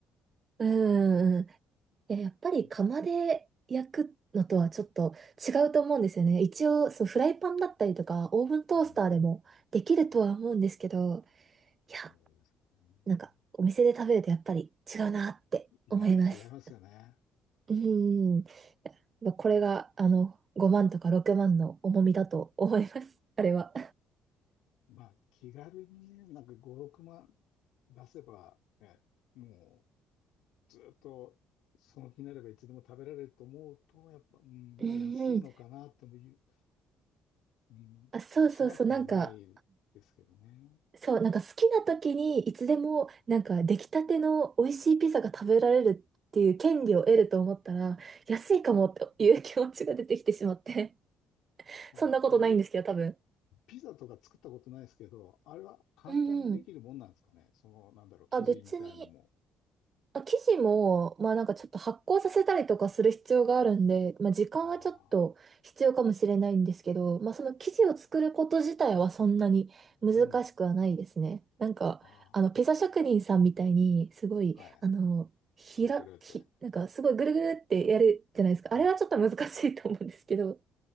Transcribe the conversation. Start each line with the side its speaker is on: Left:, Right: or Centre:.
Right: <laughs> うんうん。
Left: ほら、
Right: いや、やっぱり釜で焼くのとはちょっと違うと思うんですよね。
Left: ピ、
Right: 一応、そう、フライパンだったりとか、オーブントースターでもできるとは思うんですけど、
Left: うん、
Right: いや、
Left: そうですね。
Right: なんか、お店で食べるとやっぱり違うなって思います。
Left: いや、違いますよね。
Right: うん。まあこれが、あの、5万とか6万の重みだと思います。あれは。
Left: まあ、気軽にね、なんか5、6万出せば、ね、もうずっとその気になればいつでも食べられると思うと、やっぱ、うん、
Right: うんうん。
Left: まあ安いのかなともいう、うん、
Right: あ、そうそうそう、
Left: しなくもないですけどね。
Right: なんか、そう、なんか好きな時にいつでもなんか出来たての美味しいピザが食べられるっていう権利を得ると思ったら安いかもっていう気持ちが出てきてしまって。
Left: うん
Right: <laughs>
Left: あ、
Right: そんなことないんですけど、
Left: 自分、
Right: 多分。
Left: ピザとか作ったことないですけど、あれは簡単にできるもんなんですかね。
Right: うんうん。
Left: その、なんだろう、生地みたいのも。
Right: あ、別にあ、生地も、まあなんかちょっと発酵させたりとかする必要があるんで、まあ時間はちょっと必要かもしれないんですけど、
Left: ああ、
Right: まあその生地を作ること自体はそんなに難しくはないですね。
Left: うん、
Right: なんか、
Left: あ
Right: あの、ピザ職人さんみたいに、すごい、
Left: あ、はい。
Right: あの、ひら、
Left: くるくるって。
Right: ひ、なんかすごいぐるぐるってやるじゃないですか。
Left: はい。
Right: あれはちょっと難しいと思うんですけど、